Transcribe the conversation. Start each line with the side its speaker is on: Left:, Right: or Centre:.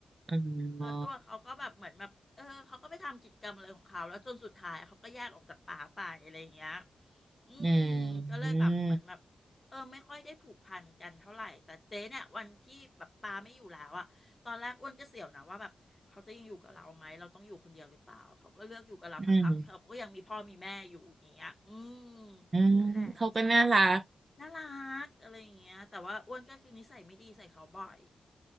Right: อ๋อ
Left: แล้วตัวเขาก็แบบเหมือนแบบเออเขาก็ไปทำกิจกรรมอะไรของเขาแล้วจนสุดท้ายเขาก็แยกออกจากป่าไปอะไรอย่างเงี้ยอืมก็เลยแบบเหมือนแบบเออไม่ค่อยได้ผูกพันกันเท่าไหร่แต่เจ๊เนี่ยวันที่แบบปาไม่อยู่แล้วอ่ะ
Right: อืม อืม
Left: ตอนแรกอ้วนก็เสียวนะว่าแบบเขาจะยังอยู่กับเราไหมเราต้องอยู่คนเดียวหรือเปล่าเขาก็เลือกอยู่กับเราทั้งเขาเขาก็ยังมีพ่อมีแม่อยู่อย่างเงี้ยอืม
Right: อืมอืมเขาก็น่ารัก
Left: นั่นแหละน่ารักอะไรอย่างเงี้ยแต่ว่าอ้วนก็คือนิสัยไม่ดีใส่เขาบ่อย